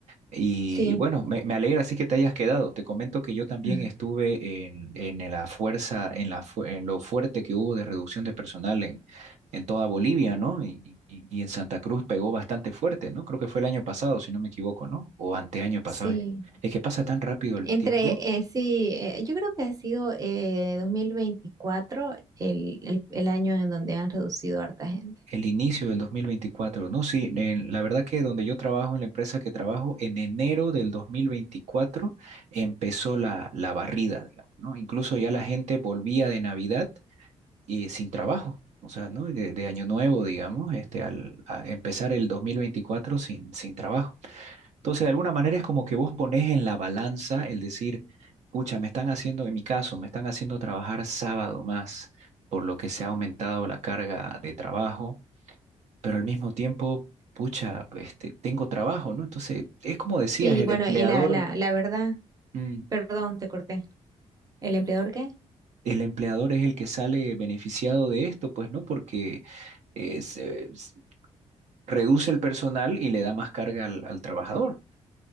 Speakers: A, on the right; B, on the right.
A: Y,
B: Sí,
A: y bueno, me, me alegra así que te hayas quedado. Te comento que yo también
B: <laughs>
A: estuve en, en la fuerza, en la, fu- en lo fuerte que hubo de reducción de personal en, en toda Bolivia, ¿no? Y, y- y en Santa Cruz pegó bastante fuerte, ¿no? Creo que fue el año pasado, si no me equivoco, ¿no? O anteaño pasado.
B: sí.
A: Es que, es que pasa tan rápido el
B: Entre,
A: tiempo.
B: eh, sí, eh, yo creo que ha sido eh, 2024 el, el, el año en donde han reducido a harta gente.
A: El inicio del dos mil veinticuatro ¿no? Sí, en- la verdad que donde yo trabajo, en la empresa que trabajo, en enero del 2024 empezó la, la barrida, digamos, ¿no? Incluso ya la gente volvía de Navidad y sin trabajo. O sea, ¿no? De, de año nuevo, digamos, este, al a empezar el 2024 sin, sin trabajo. Entonces, de alguna manera es como que vos pones en la balanza el decir, pucha, me están haciendo, en mi caso, me están haciendo trabajar sábado más, por lo que se ha aumentado la carga de trabajo, pero al mismo tiempo, pucha, este, tengo trabajo, ¿no? Entonces, es como decías,
B: Sí,
A: el
B: bueno,
A: empleador,
B: y la, la, la verdad,
A: mm,
B: perdón, te corté. ¿El empleador qué?
A: el empleador es el que sale beneficiado de esto, pues, ¿no? Porque es, eh, s- reduce el personal y le da más carga al, al trabajador.